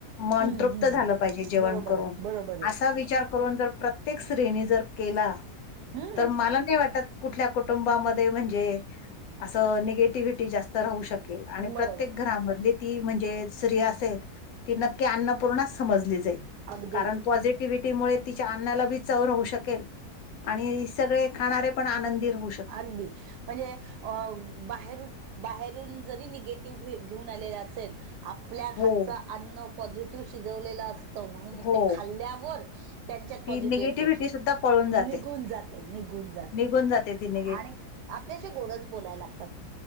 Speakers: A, on the left (about 70°); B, on the right (about 90°).
A: मन
B: हम्म
A: तृप्त
B: हम्म
A: झालं पाहिजे जेवण
B: बरोबर
A: करून.
B: आहे बरोबर आहे
A: असा विचार करून जर प्रत्येक स्त्रीनी जर केला
B: हूं!
A: तर मला नाही वाटत कुठल्या कुटुंबा मध्ये, म्हणजे अस निगेटिव्हटी जास त राहू शकेल आणि
B: बरोबर
A: प्रत्येक
B: आहे
A: घरामधली ती म्हणजे स्त्री असे त. ती नक्की अन्नपूर्णाच समजली जाईल,
B: अगदी
A: कारण तो आज एक एक्टिव्हटीमुळे तिच्या अन्ना ला बी चव राहू शकेल आणि सगळे खाणारे पण आनंदीर होऊ शक
B: अगदी म्हणजे अ! बाहेरून, बाहेरून जरी निगेटिव्ह घे घेऊन आलेला असेल. आपल्या हातचं
A: हो.
B: अन्न पॉझिटिव्ह शिजवलेल अस त म्हणून म
A: हो
B: ते खाल्ल्यावर त्यांच्यात पॉझिटिव्ह
A: ती निगेटिव्हिटी
B: येते.
A: सुद्धा पळून
B: निघून
A: जाते.
B: जाते, निघून जात.
A: निघून जाते दीने.
B: आणि आपल्याशी गोडच बोलायला लागतात,